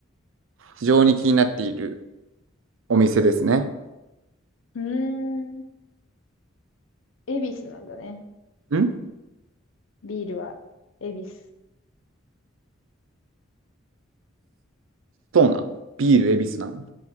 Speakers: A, on the right; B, on the left.
A: 非常に気になっているお店ですね。
B: うーん。恵比寿なんだね。
A: ん
B: ビールは、恵比寿。
A: そうなんビール、恵比寿なん